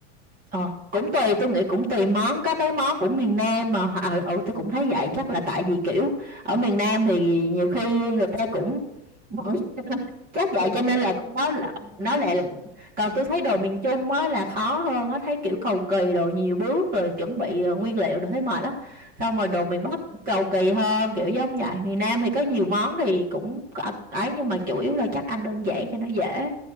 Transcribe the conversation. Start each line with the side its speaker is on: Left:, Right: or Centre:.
Right: Ờ, cũng tùy tôi nghĩ cũng tùy món có mấy món cũng miền Nam mà ờ ừ, tôi cũng thấy vậy chắc là tại vì kiểu ở miền Nam thì nhiều khi người ta cũng <laughs> chắc vậy
Left: Đơn
Right: cho nên
Left: giản.
Right: là nó là nó lẹ lặn còn tôi thấy đồ miền Trung á là khó hơn nó thấy kiểu cầu kỳ đồ nhiều bước rồi chuẩn bị ờ, nguyên liệu rồi thấy mệt lắm xong
Left: Ừ,
Right: rồi đồ miền Bắc cũng cầu kỳ hơn kiểu giống vậy miền Nam
Left: đúng
Right: thì có nhiều
Left: rồi.
Right: món thì cũng có ấy nhưng mà chủ yếu là chắc ăn đơn giản cho nó dễ